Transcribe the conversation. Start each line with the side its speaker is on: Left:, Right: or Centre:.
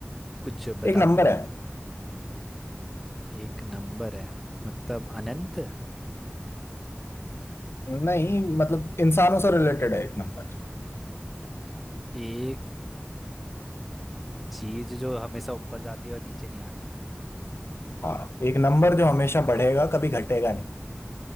Centre: कुछ बता
Left: एक नंबर
Centre: सकते
Left: है
Centre: हैं एक नंबर है मतलब अनंत
Left: नहीं मतलब इंसानों से रिलेटेड है एक नंबर
Centre: एक चीज जो हमेशा ऊपर जाती है और नीचे नहीं आती
Left: हाँ एक नंबर जो हमेशा बढ़ेगा कभी घटेगा नहीं